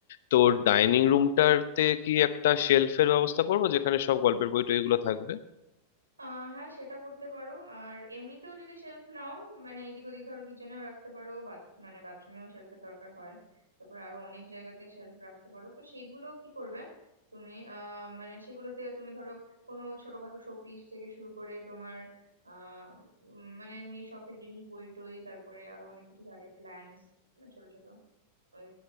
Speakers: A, on the left; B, on the right.
A: তো ডাইনিং রুমটাতে কি একটা শেলফের ব্যবস্থা করবো যেখানে সব গল্পের বই টইগুলো থাকবে
B: আহ হ্যাঁ সেটা করতে পারো আর এমনিতেও যদি শেলফ নাও মানে এদিক ওদিক ধরো কিচেনেও রাখতে পারো বাথ- মানে বাথরুমেও শেলফের দরকার হয় তারপরে আরো অনেক জায়গাতে শেলফ রাখতে পারো তো সেগুলো কি করবে তুমি আহ মানে সেগুলোতে তুমি ধরো কোনো ছোটখাটো শোপিস থেকে শুরু করে তোমার আহ উম, মানে এমনি শখের জিনিস বই টই তারপরে আরো অনেক কিছু থাকে প্ল্যান্টস ছোট ছোট ওই